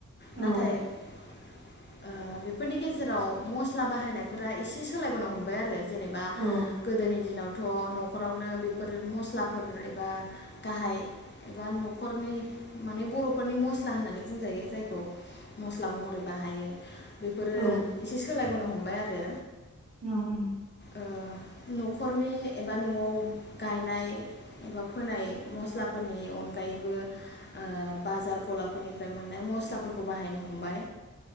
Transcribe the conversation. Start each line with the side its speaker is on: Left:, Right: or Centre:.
Right: औ
Left: नाथाय ओ बेफोरनि गेजेराव मस्ला बाहायनायफोरा एसे सोलायबोनो हमबाय आरो जेनेबा
Right: औ
Left: गोदोनि दिनाव थ नखरावनो बे फोर मस्लाफोर एबा गाहाय एबा नखरनि माने बरफोरनि मस्ला होननानै बुंजायो जायखौ मस्ला महरै बाहायो बेफोरो
Right: औ
Left: एसे सोलायबोनो हमबाय आरो
Right: <unintelligible>
Left: ओ नखरनि एबा नआव गायनाय एबा फोनाय मस्लाफोरनि अनगायैबो ओ बाजार गलाफोरनिफ्राय मोननाय मस्लाफोरखौ बाहायनो हमबाय